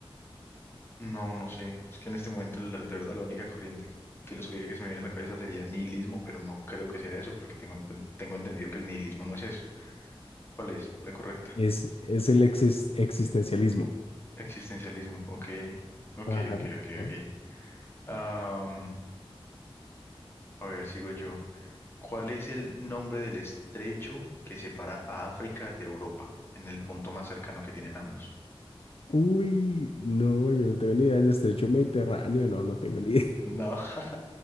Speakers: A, on the left; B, on the left.
A: No, no sé. Es que en este momento, la, de verdad, la única corriente filosófica que se me viene a la cabeza sería nihilismo, pero no creo que sea eso, porque tengo, en cuen- tengo entendido que el nihilismo no es eso. ¿Cuál es la correcta?
B: Es, es el exis- existencialismo.
A: Existencialismo, ok. Ok,
B: Ajá,
A: ok, ok,
B: ajá.
A: ok. Am, a ver, sigo yo. ¿Cuál es el nombre del estrecho que separa a África de Europa en el punto más cercano que tienen ambos?
B: Uy, no, yo no tengo ni idea del estrecho Mediterráneo, no, no tengo ni idea.
A: No. <laughs>